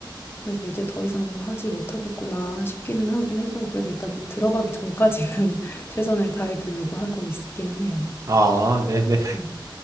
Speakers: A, on the left (about 30°); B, on the right (about 40°).
A: 그래서 이제 더 이상 하지 못하겠구나 싶기는 하긴 해서 그래도 일단 들어가기 전까지는 <laughs> 최선을 다해 보려고 하고 있기는 해요.
B: 아, 네, 네.
A: 네.